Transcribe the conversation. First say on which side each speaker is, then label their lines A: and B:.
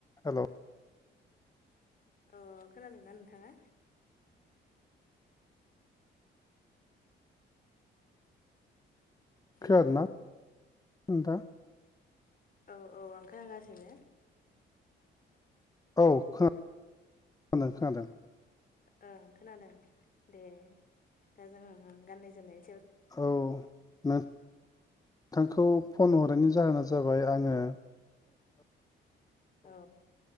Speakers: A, on the left; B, on the left.
A: हेलौ
B: अ खोनादों ना नोंथांङा? हेलौ।
A: खोनादोंना नोंथां।
B: औ औ आं खोनागासिनो।
A: औ खोन खोनादों खोनादों।
B: ओं खोनादों दे दा जोंङो गाननाय जोमनाय।
A: औ न नोंथांखौ फन हरनायनि जाहोना जाबाय। आंङो
B: औ